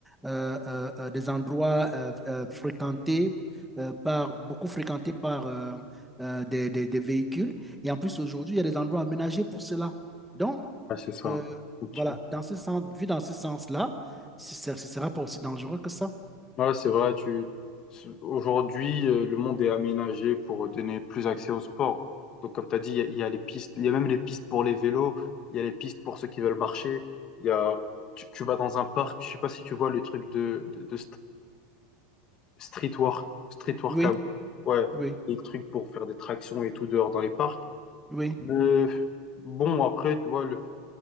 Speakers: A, in the centre; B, on the left.
A: euh, euh, euh, des endroits euh, euh, fréquentés euh, par, beaucoup fréquentés par euh, euh, des, des, des véhicules. Et en plus, aujourd'hui, il y a des endroits aménagés pour cela. Donc,
B: ouais, c'est ça.
A: euh,
B: Ok.
A: voilà, dans ce sens, vu dans ce sens-là, ce ne sera pas aussi dangereux que ça.
B: Ouais, c'est vrai, tu... c'est- aujourd'hui, euh, le monde est aménagé pour donner plus accès au sport. Donc, comme tu as dit, il y, a il y a les pistes, il y a même les pistes pour les vélos, il y a les pistes pour ceux qui veulent marcher, il y a... Tu, tu vas dans un parc, je sais pas si tu vois le truc de, de, de, street work, street workout.
A: Oui,
B: Ouais,
A: oui,
B: des trucs pour faire des tractions et tout dehors dans les parcs.
A: oui.
B: Mais bon, après, tu vois, le-